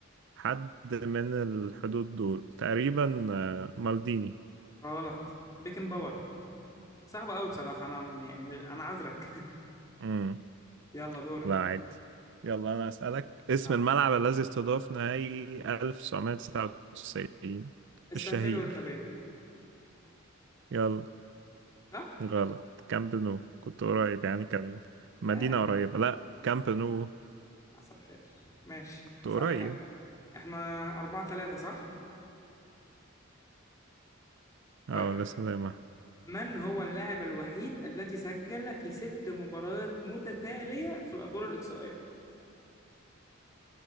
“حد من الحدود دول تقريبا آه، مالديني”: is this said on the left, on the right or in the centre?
Right